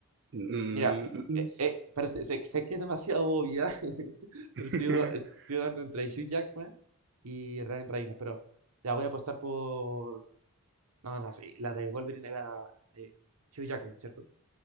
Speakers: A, on the right (about 55°); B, on the right (about 80°).
A: Mm,
B: Mira,
A: mm,
B: eh, eh, parece, sé, sé que es demasiado obvia, <laughs> pero
A: mm.
B: estoy, duda- estoy
A: <laughs>
B: dando entre Hugh Jackman y Ryan Reynolds, pero ya voy a apostar por... No, no, sí, la de Wolverine era eh, Hugh Jackman, ¿cierto?